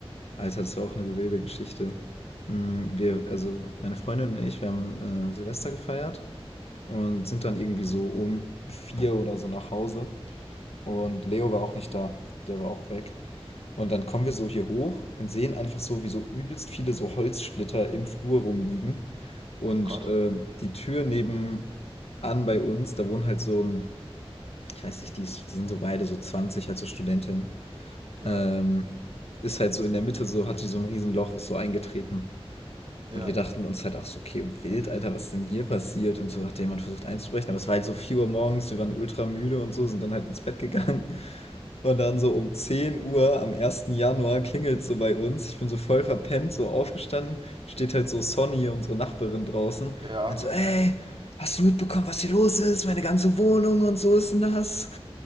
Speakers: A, on the left (about 80°); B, on the right (about 55°).
A: Alter, das war auch eine wilde Geschichte. Mm, Wir, also meine Freundin und ich, wir haben äh, Silvester gefeiert und sind dann irgendwie so um vier oder so nach Hause. Und Leo war auch nicht da, der war auch weg. Und dann kommen wir so hier hoch und sehen einfach so, wie so übelst viele so Holzsplitter im Flur rumliegen. Und
B: Gott,
A: äh, die Tür nebenan bei uns, da wohnt halt so ein ich weiß nicht, die, ist, die sind so beide so 20 halt so Studentin.
B: ja,
A: Ähm, ist halt so in der Mitte, so hat die so ein Riesenloch, ist so eingetreten.
B: ja,
A: Und wir dachten uns halt, ach so, okay, wild, Alter, was ist denn hier passiert? Und so hat jemand versucht einzubrechen. Aber es war halt so 4 Uhr morgens, wir waren ultra müde und so, sind dann halt ins Bett gegangen. Und dann so um 10 Uhr am ersten Januar klingelt so bei uns. Ich bin so voll verpennt, so aufgestanden. Steht halt so Sonny, unsere Nachbarin draußen.
B: ja,
A: Meint so, ey, hast du mitbekommen, was hier los ist? Meine ganze Wohnung und so ist nass.